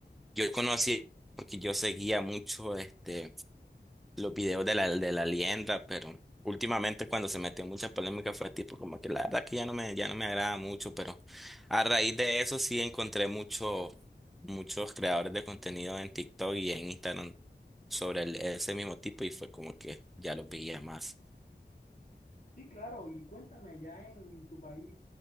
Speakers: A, in the centre; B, on the left.
A: Yo conocí, porque yo seguía mucho este, los videos de la, de la Liendra, pero últimamente cuando se metió en muchas polémicas fue tipo como que la verdad que ya no me, ya no me agrada mucho, pero a raíz de eso sí encontré mucho, muchos creadores de contenido en TikTok y en Instagram sobre el- ese mismo tipo y fue como que ya los veía más.
B: sí, claro. Y cuéntame allá en, en tu país,